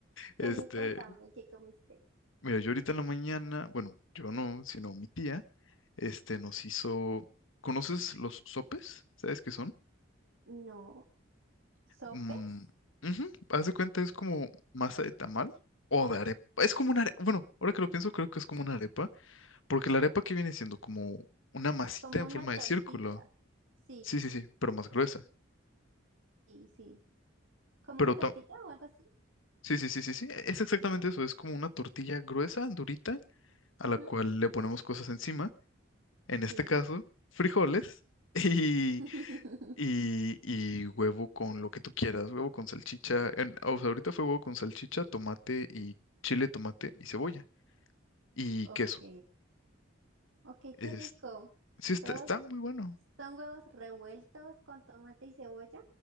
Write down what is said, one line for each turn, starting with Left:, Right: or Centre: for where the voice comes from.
Right: Bueno,
Left: Este,
Right: cuéntame, ¿qué comiste?
Left: mira, yo ahorita en la mañana, bueno, yo no, sino mi tía, este, nos hizo... ¿Conoces los sopes? ¿Sabes qué son?
Right: No, ¿sopes?
Left: Mm, ujú, Haz de cuenta, es como masa de tamal o de arepa. Es como una arepa, bueno, ahora que lo pienso, creo que es como una arepa, porque la arepa que viene siendo como una masita
Right: Como
Left: en
Right: una
Left: forma de
Right: tortilla.
Left: círculo.
Right: Sí,
Left: Sí, sí, sí, pero más gruesa.
Right: sí, sí. ¿Como
Left: Pero
Right: una tortilla
Left: ta-
Right: o algo así?
Left: Sí, sí, sí, sí, sí. e-, Es exactamente eso. Es como una tortilla gruesa, durita, a
Right: Ujú,
Left: la cual le ponemos cosas encima. En este
Right: Sí.
Left: caso, frijoles <laughs> y,
Right: <laughs>
Left: y, y huevo con lo que tú quieras. Huevo con salchicha. en- o sea, ahorita fue huevo con salchicha, tomate y chile, tomate y cebolla. Y
Right: Ok.
Left: queso.
Right: Ok,
Left: Es,
Right: qué rico.
Left: sí, está,
Right: Huevos,
Left: está muy bueno.
Right: ¿son huevos revueltos con tomate y cebolla?